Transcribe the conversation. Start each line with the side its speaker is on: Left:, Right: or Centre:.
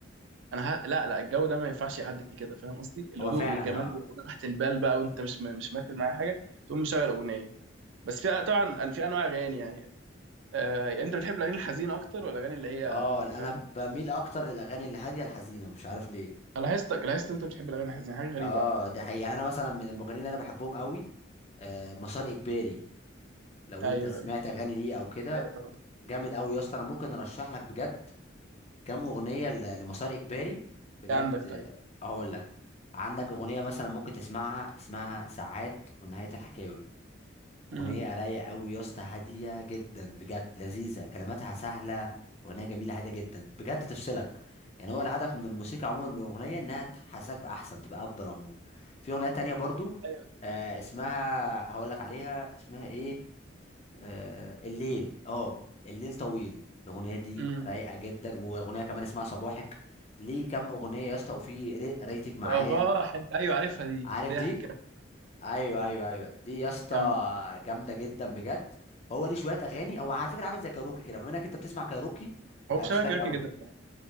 Right: انا ه... لا لا الجو ده ما ينفعش يعدي كده فاهم قصدي الهدوء
Left: هو فعلا
Right: والجمال
Left: اه
Right: وراحه البال بقى وانت مش م... مش مركز مع حاجه تقوم مشغل اغنيه بس في طبعا أن- في انواع اغاني يعني آه يعني انت بتحب الاغاني الحزينه اكتر ولا الاغاني اللي هي
Left: اه انا
Right: فاهم
Left: ب- بميل اكتر للاغاني الهادية الحزينة مش عارف ليه
Right: انا لاحظتك لاحظت انت بتحب الاغاني الحزينه حاجه غريبه
Left: اه
Right: على فكره
Left: دي حقيقة يعني انا مثلا من المغنيين اللي انا بحبهم قوي آه مسار اجباري لو
Right: ايوه
Left: انت سمعت
Right: ايوه
Left: اغاني ليه او كده
Right: ايوه طبعا
Left: جامد قوي يا اسطى انا ممكن ارشح لك بجد كام اغنيه ل- لمسار اجباري بجد
Right: إيه عندك طيب
Left: آه، هقول لك عندك اغنيه مثلا ممكن تسمعها اسمها ساعات ونهايه الحكاوي
Right: امم
Left: اغنيه رايقه قوي يا اسطى هاديه جدا بجد لذيذه كلماتها سهله اغنيه جميله هاديه جدا بجد تفصلك يعني هو الهدف من الموسيقى عموما الاغنيه انها تحسسك باحسن تبقى افضل عموما في اغنيه تانية برضو
Right: ايوه
Left: آه اسمها هقول لك عليها اسمها ايه آه الليل اه الليل طويل الاغنيه دي
Right: امم
Left: رايقه جدا واغنيه كمان اسمها صباحك ليه كام اغنيه يا اسطى وفي ري- ريتك معايا
Right: صباح ال- ايوه عارفها دي
Left: عارف
Right: ضحكه
Left: دي ايوه ايوه ايوه دي يا اسطى
Right: جامده
Left: جامده جدا بجد هو ليه شويه اغاني هو على فكره عامل زي كاروكي كده فبما انك انت بتسمع كاروكي
Right: هو
Left: هيبسطك
Right: شبه كيروكي
Left: قوي
Right: جدا فاهم؟